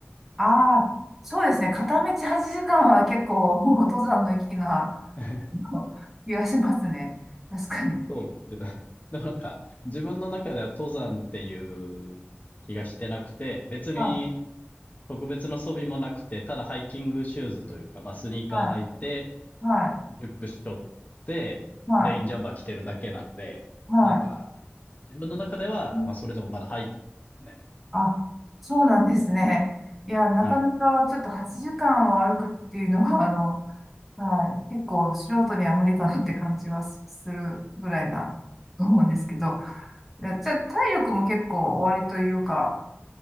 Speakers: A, in the centre; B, on the left (about 35°).
A: ああ、そうですね。片道8時間は結構もう登山の域なあ
B: <laughs>
A: の気がしますね。確かに。
B: そうです。でもなんか、自分の中では登山っていう気がしてなくて、別に
A: はい
B: 特別な装備もなくて、ただハイキングシューズというか、まあ、スニーカー履いて、
A: はい、はい、
B: リュックしょって、
A: はい、
B: レインジャンバー着てるだけなんで、
A: は
B: なんか、自分の中では、
A: い。うん
B: まあ、それでもまだハイキングですね。
A: あ、そうなんですね。いや、なかなかちょっと8時間を歩くっていうのは、
B: はい。
A: あの、はい、結構素人には無理かなって感じはすするぐらいな、と思うんですけど。いや、じゃあ、体力も結構おありというか、